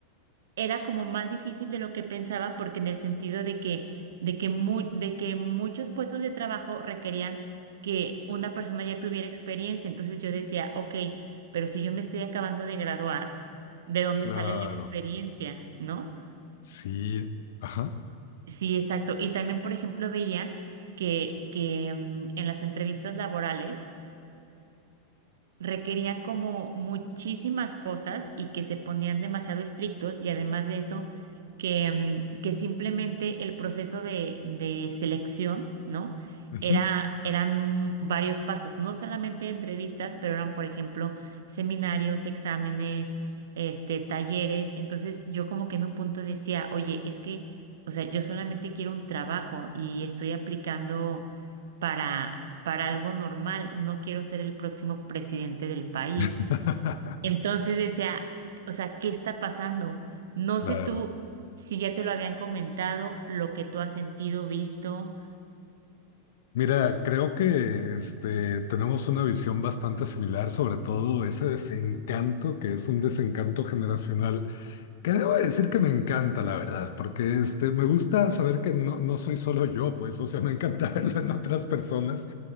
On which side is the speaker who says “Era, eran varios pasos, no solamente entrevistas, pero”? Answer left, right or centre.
Right